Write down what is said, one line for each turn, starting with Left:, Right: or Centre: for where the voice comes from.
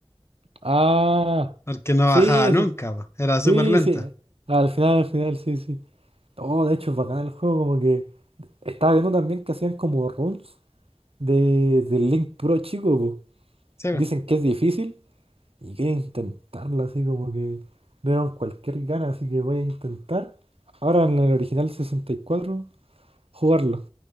Right: Ah,
Left: porque no
Right: sí,
Left: bajaba nunca,
Right: sí,
Left: po. Era
Right: sí,
Left: súper lenta.
Right: sí. Al final, al final, sí, sí. Oh, de hecho, es bacán el juego, como que estaba viendo también que hacían como runs de, del Link puro chico, pues.
Left: Sí,
Right: Dicen
Left: bueno,
Right: que es difícil. Y quería intentarlo, así como que me dieron cualquier gana, así que voy a intentar. Ahora en el original 64 jugarlo.